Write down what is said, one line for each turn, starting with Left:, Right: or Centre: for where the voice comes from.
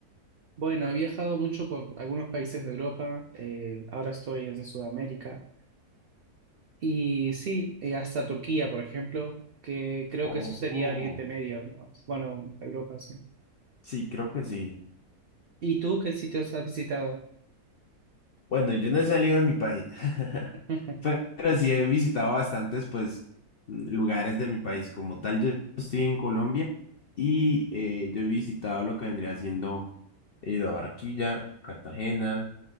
Right: Bueno, he viajado mucho por algunos países de Europa, eh, ahora estoy en Sudamérica y sí, eh, hasta Turquía, por ejemplo, que creo
Left: Oh,
Right: que eso sería Oriente Medio, ¿no? Bueno, Europa, sí.
Left: sí, creo que sí.
Right: ¿Y tú qué sitios has visitado?
Left: Bueno, yo no he salido de mi país, <laughs>
Right: <laughs>
Left: pero, pero sí he visitado bastantes, pues, mm, lugares de mi país. Como tal, yo estoy en Colombia y eh, yo he visitado lo que vendría siendo, he ido a Barquilla, Cartagena,